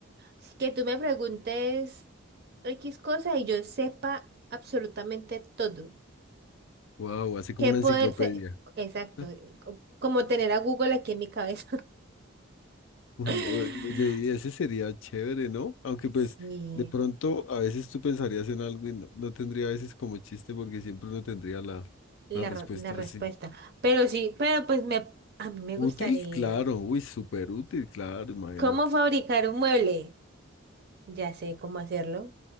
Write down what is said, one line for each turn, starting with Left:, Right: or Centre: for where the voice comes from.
Right: Así que tú me preguntes X cosa y yo sepa absolutamente todo.
Left: Wow, así como
Right: ¿Qué
Left: una
Right: poder
Left: enciclopedia.
Right: ser? Exacto,
Left: Ah,
Right: co- como tener a Google aquí en mi cabeza.
Left: un-
Right: <laughs>
Left: o- Oye, y ese sería chévere, ¿no? Aunque pues
Right: Sí.
Left: de pronto a veces tú pensarías en algo y no, no tendría a veces como chiste porque siempre no tendría la,
Right: la,
Left: la respuesta
Right: re- la respuesta.
Left: así.
Right: Pero sí, pero pues me, a mí me
Left: Útil,
Right: gustaría.
Left: claro, uy, súper útil, claro, imagínate.
Right: ¿Cómo fabricar un mueble? Ya sé cómo hacerlo.